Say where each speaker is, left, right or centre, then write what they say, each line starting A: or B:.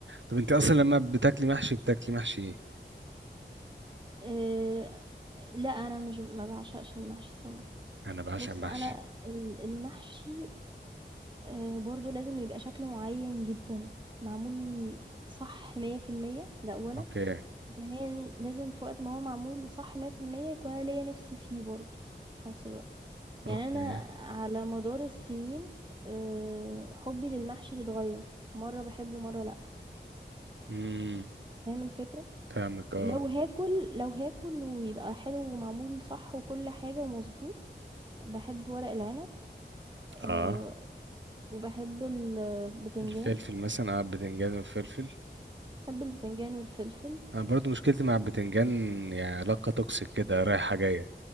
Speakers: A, on the right (about 85°); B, on the right (about 25°).
A: طب انت اصلا لما بتاكلي محشي بتاكلي محشي ايه
B: آآ، لأ أنا مش ما باعشقش المحشي الصراحة.
A: انا بعشق
B: بُص
A: المحشي
B: أنا ال المحشي آه، برضو لازم يبقى شكل معين جدا معمول صح مية في المية ده أولا
A: اوكي
B: ثانيا لازم في وقت ما هو معمول صح مية في المية يكون أنا ليا نفسي فيه برضو في نفس الوقت يعني
A: اوكي
B: أنا على مدار السنين آه، حبي للمحشي بيتغير مرة بحبه مرة لأ
A: امم
B: فاهم الفكرة
A: فاهمك اه
B: لو هاكل لو هاكل ويبقى حلو ومعمول صح وكل حاجة ومظبوط بحب ورق العنب آه،
A: اه
B: وبحب البتنجان
A: الفلفل مثلا اه بتنجان وفلفل
B: بحب البتنجان والفلفل
A: انا برضو مشكلتي مع البتنجان يعني علاقه توكسيك كده رايحه جايه